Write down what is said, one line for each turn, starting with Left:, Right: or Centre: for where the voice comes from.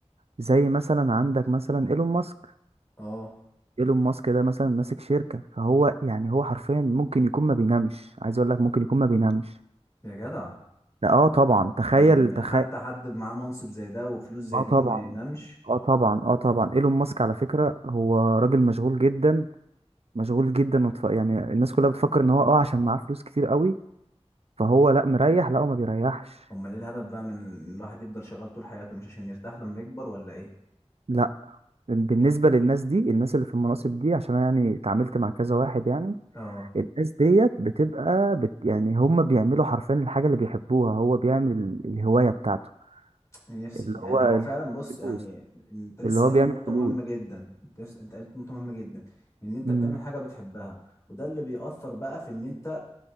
Right: زي مثلًا عندك مثلًا إيلون ماسك،
Left: آه،
Right: إيلون ماسك ده مثلًا ماسك شركة، فهو يعني هو حرفيًا ممكن يكون ما بينامش، عايز أقول لك ممكن يكون ما بينامش،
Left: يا جدع!
Right: آه طبعًا تخيّل
Left: يعني ما
Right: تخ
Left: حتى حد معاه منصب زي ده وفلوس زي
Right: آه
Left: دي
Right: طبعًا.
Left: وما ينامش،
Right: اه طبعا اه طبعا ايلون ماسك على فكرة هو راجل مشغول جدا مشغول جدا وتف... يعني الناس كلها بتفكر ان هو اه عشان معاه فلوس كتير قوي فهو لا مريح لا هو ما بيريحش
Left: أمّال إيه الهدف بقى من إن الواحد يفضل شغّال طول حياته، مش عشان يرتاح لمّا يكبر والّا إيه؟
Right: لا بالنسبة للناس دي الناس اللي في المناصب دي عشان أنا يعني اتعاملت مع كذا واحد يعني
Left: آه،
Right: الناس ديت بتبقى بت... يعني هم بيعملوا حرفيا الحاجة اللي بيحبوها هو بيعمل الهواية بتاعته
Left: نفسي.
Right: اللي
Left: يعني
Right: هو
Left: هو فعلًا بُص،
Right: الفلوس
Left: يعني أنت لسه
Right: اللي هو
Left: قايل
Right: بيعمل
Left: نقطة
Right: فلوس
Left: مهمة جدًا، أنت لس أنت قُلت نقطة مهمة جدًا، إن أنت
Right: مم.
Left: بتعمل حاجة بتحبها، وده اللي بيأثّر بقى في إن أنت